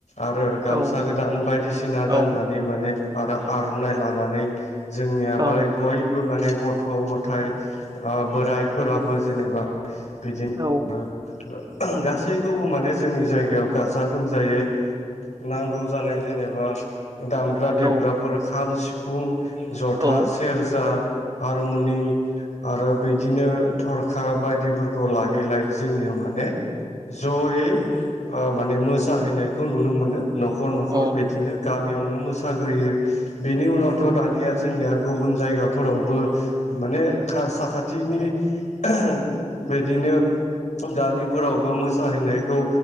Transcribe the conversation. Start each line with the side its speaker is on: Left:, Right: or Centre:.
Left: आरो गामसा
Right: औ
Left: गोदान बायदिसिना गाननानै
Right: औ ओं
Left: माने आरो आर'नाइ लानानै जोंनिया
Right: औ
Left: बाइ बयबो माने गथ' गथाय बोराइफोराबो जेनोबा बिदिनो
Right: औ
Left: ओ ओ गासैखौबो माने जोंनि जायगायाव गाजा गोमजायै नांगौ जानाय जेनोबा दामग्रा देबग्राफोर
Right: औ
Left: खाम सिफुं ज'था
Right: औ
Left: सेरजा हारमुनि आरो बिदिनो थरखा बाय बाइफोरखौ लायै लायै जोंनिआ माने ज'यै ओ माने मोसाहैनायखौ नुनो मोनो न'खर न'खर
Right: औ
Left: बिदिनो गामिआवनो मोसाग्रोयो बेनि उनाव दानिआ जोंनिआ गुबुन जायगाफोरावबो माने खा साखाथिनि ओह बिदिनो गामिफोरावबो मोसाहैनायखौ